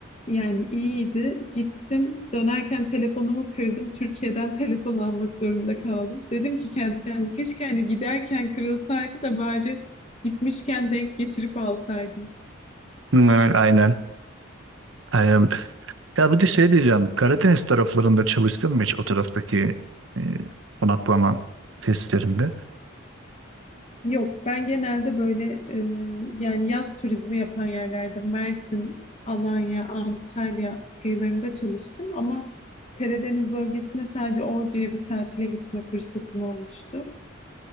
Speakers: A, on the left (about 30°); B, on the right (about 65°).
A: yani iyiydi. Gittim dönerken telefonumu kırdım. Türkiye'den telefon almak zorunda kaldım. Dedim ki kendi kendime keşke hani giderken kırılsaydı da bari gitmişken denk getirip alsaydım.
B: Hı, aynen. Aynen. Ya bir de şey diyeceğim. Karadeniz taraflarında çalıştım mı hiç o taraftaki e, konaklama testlerinde?
A: Yok ben genelde böyle e, yani yaz turizmi yapan yerlerde Mersin, Alanya, Antalya kıyılarında çalıştım ama Karadeniz bölgesine sadece Ordu'ya bir tatile gitme fırsatım olmuştu.